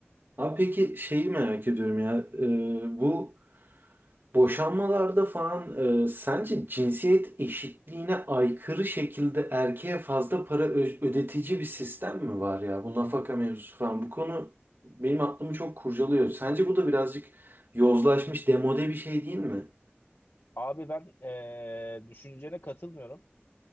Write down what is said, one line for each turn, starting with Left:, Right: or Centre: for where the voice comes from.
Right: Abi peki şeyi merak ediyorum ya e, bu boşanmalarda falan e, sence cinsiyet eşitliğine aykırı şekilde erkeğe fazla para ö- ödetici bir sistem mi var ya bu nafaka mevzusu falan bu konu benim aklımı çok kurcalıyor. Sence bu da birazcık yozlaşmış demode bir şey değil mi?
Left: Abi ben e, düşüncene katılmıyorum.